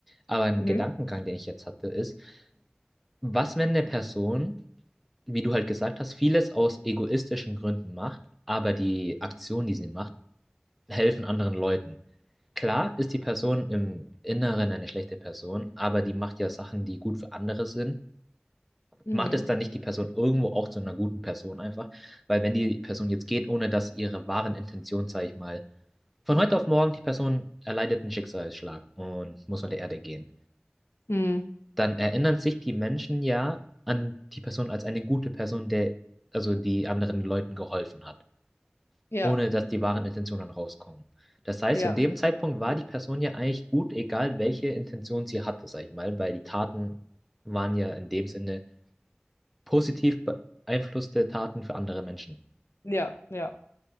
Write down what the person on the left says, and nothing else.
Mhm.
Mhm.
Mhm.
Ja,
ja,
ja, ja.